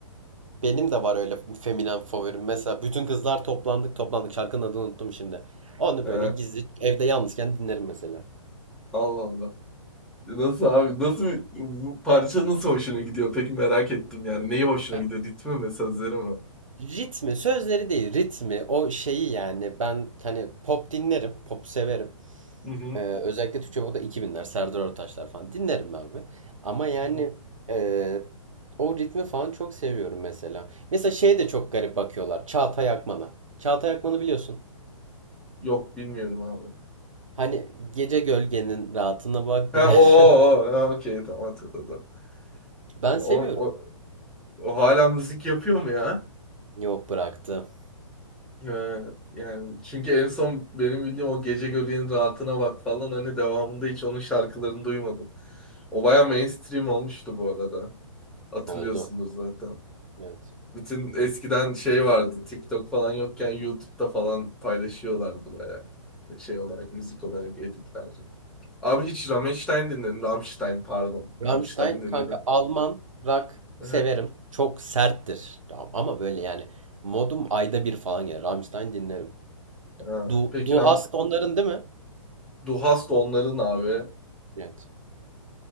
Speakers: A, on the right (about 70°); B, in the centre.
A: Benim de var öyle feminen favorim. Mesela bütün kızlar toplandık toplandık. Şarkının adını unuttum şimdi. Onu
B: He,
A: böyle gizli evde yalnızken dinlerim mesela.
B: Allah Allah. Nasıl abi? Nasıl bu parça nasıl hoşuna gidiyor? Peki merak ettim yani. Neyi hoşuna
A: Ya,
B: gidiyor? Ritmi mi, sözleri mi?
A: ritmi, sözleri değil, ritmi, o şeyi yani. Ben hani pop dinlerim, pop severim.
B: Hı hı.
A: Ee, özellikle Türkçe pop'ta iki binler Serdar Ortaçlar falan dinlerim abi. Ama yani
B: hı hı.
A: e, o ritmi falan çok seviyorum mesela. Mesela şeye de çok garip bakıyorlar. Çağatay Akman'a. Çağatay Akman'ı biliyorsun.
B: Yok bilmiyorum abi.
A: Hani gece gölgenin rahatına bak
B: Ha
A: bir de
B: o o
A: <laughs>
B: o, ha, okey tamam hatırladım.
A: Ben
B: O,
A: seviyorum.
B: o, o hala müzik yapıyor mu ya?
A: Yok bıraktı.
B: Ee, yani çünkü en son benim bildiğim o Gece Göleğin Rahatına Bak falan hani devamında hiç onun şarkılarını duymadım. O baya mainstream olmuştu bu arada. Hatırlıyorsundur
A: Oldu.
B: zaten.
A: Evet.
B: Bütün eskiden şey vardı TikTok falan yokken YouTube'da falan paylaşıyorlardı baya. Şey olarak müzik olarak editlerdi. Abi hiç Rammstein dinledim. Rammstein pardon.
A: Rammstein
B: Rammstein dinledim.
A: kanka Alman rock severim.
B: Aha.
A: Çok serttir. Tamam. Ama böyle yani modum ayda bir falan gelir. Rammstein dinlerim.
B: Ha,
A: Du,
B: Peki
A: Du
B: Ram
A: Hast onların değil mi?
B: Du hast onların abi.
A: Evet.